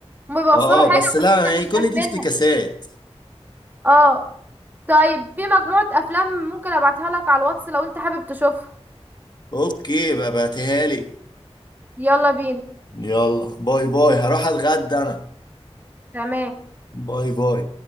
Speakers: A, on the right; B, on the left.
A: هما بيوصلوا
B: اه
A: حاجة
B: اه بس لا
A: بس احنا مش
B: يعني كل
A: فاهمينها
B: دي افتكاسات
A: اه طيب في مجموعة افلام ممكن ابعتها لك على الواتس لو انت حابب تشوفها
B: اوكي بقى بعتها لي
A: يلا بينا
B: يلا باي باي هروح اتغدى انا
A: تمام
B: باي باي